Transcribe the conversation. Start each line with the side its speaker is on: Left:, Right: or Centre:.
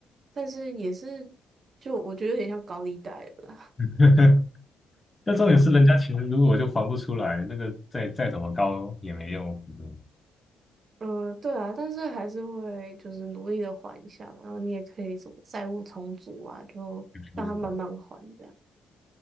Right: 但是也是，就我觉得有点像高利贷了啦。
Left: <laughs> 那重点是人家钱如果就还不出来，
Right: <laughs> 嗯
Left: 那个再再怎么高也没用，嗯，
Right: 嗯，呃对啊，但是还是会就是努力的还一下嘛。然后你也可以什么债务重组啊，就让他慢慢还这样。
Left: 一直还。